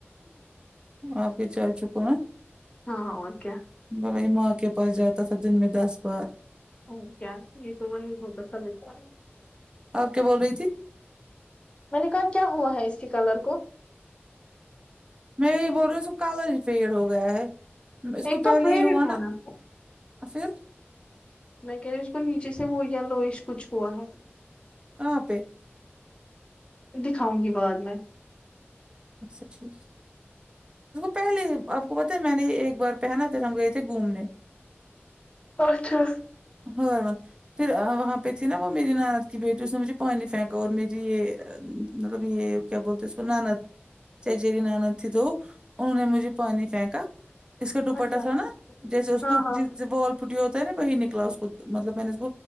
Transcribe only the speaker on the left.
ہاں اور کیا
او کیا یہ تو وہی ہوسکتا تھا بیچارہ
میں نے کہا کیا ہوا ہے اس کی کلر کو
ایک
تو فیڈ
ہونا
میں کہہ رہی ہوں اس کو نیچے سے وہ یالوئیش کچھ ہوا ہے
دکھاؤں گی بعد میں
اچھا
اچھا
ہاں
ہاں